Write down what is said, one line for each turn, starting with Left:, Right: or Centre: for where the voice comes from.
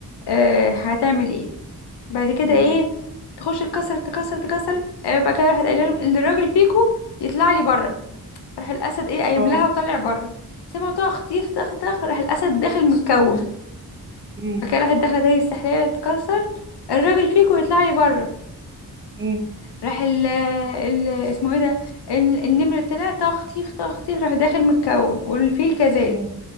Left: آه هتعمل ايه بعد كده
Right: مم.
Left: ايه تخش تكسر تكسر تكسر آه بعد كده راحت قايله لهم اللي الراجل فيكو يطلع لي بره فراح الأسد ايه قايم
Right: اه
Left: لها وطلع بره سمعوا طخ تيخ طخ طخ راح الأسد داخل متكوم
Right: مم.
Left: بعد كده راحت داخلة تاني السحرية تكسر الراجل فيكو يطلع لي بره
Right: مم.
Left: راح ال ال اسمه ايه ده الن- النمر طلع تخطيخ تخطيخ راح داخل متكوم والفيل كذلك
Right: مم.